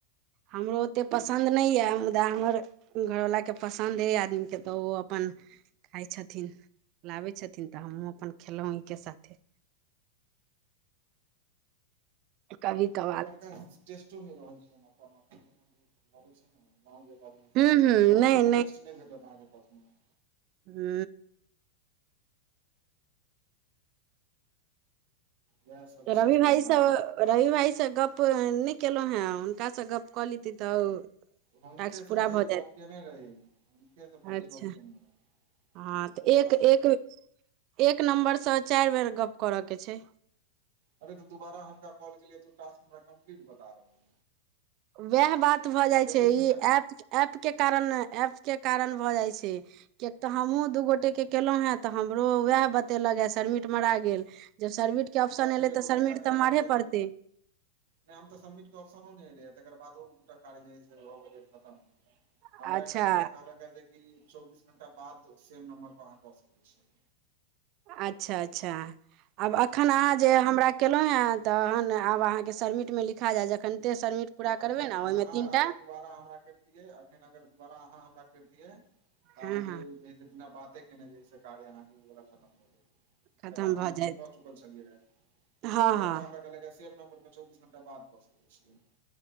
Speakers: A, on the right; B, on the right.
A: हमरो ओतेक पसन्द नहि यऽ मुदा हमर, घरवलाके पसन्द अइ आदमीकेँ तऽ ओ अपन, खाइ छथिन लाबै छथिन तऽ हमहूँ अपन खेलहुँ हिनके साथे कभी कभार
B: एम्हरकाटटो रह छै गं ग जगह टेस्ट नहि
A: हूँ हूँ
B: भेटत
A: नहि
B: अहाँके कह
A: हू।
B: इएह सब
A: रवि
B: छै
A: भाइजी
B: एम्हर
A: सभ रही भाई सँ गप नहि केलहुँ हँ हुनकासँ गप्प कऽ लेती तऽ
B: हुनके
A: टास्क
B: से
A: पूरा
B: पहिल
A: भऽ जायत
B: गप केने रहहि हुनके से पहिल
A: अच्छा
B: गप केने रहि
A: हँ तऽ
B: तकर
A: एक
B: भात।
A: एक एक नम्बरसँ चारि बेर गप्प करय के छै
B: अरे तऽ दुबारा हम कॉल केलियै तऽ ओ टास्क हमरा कम्ली बता रहल छै।
A: वएह बात भऽ जाई
B: चौबीस
A: छै, ई
B: घंटा
A: एप एमऐप के कारण एऐप के कारण भऽ जाइ छै। किएकि तऽ हमहूँ दू गोटेके केललहुँ हे तऽ हमरो उएह बतेलक सरमिट मरा गेल जब शर्मिट के
B: हमरा
A: ऑप्शन
B: फेर
A: एलै
B: एगो
A: तऽ शर्विट
B: लड़का कहलक
A: तऽ मार हे पड़तै।
B: जे नहि हम तऽ सभमिट के ऑप्शनो नहि एलै ह तकरादो दूटा कार्य है से हो गेलै खतम हमरा
A: अच्छा
B: एकटा लड़का कहलक ह जेक चौबीस घंटा बाद सेम नम्बर पर अहाँ कऽ सकैत छिय
A: अच्छा अच्छा। आब एखन अहाँ
B: हँ
A: जे हमरा केलहुँ ह तहन आब अहाँकेँ सबमिटमे लिखा जायत जखनिते सबमिट पूरा
B: अखन
A: करबै ने
B: अहाँ
A: ओहिमे तीन
B: अगर
A: टा
B: त दारा हमरा करितिये अखन अगर दुबारा अहाँ हमरा करतियै तऽ
A: हँ
B: अहाँकेँ
A: हँ
B: जे है बिना बाते केने जे है कार्य अहाँकेँ ओ वला खतम हो गेलै
A: खतम
B: कऽ तऽ अहाँ
A: भऽ
B: एक
A: जायत
B: कऽ चुकल छलियड़का
A: हँ हँ
B: हमराम नम्बर पर चौबी घंटा बाद बस रहे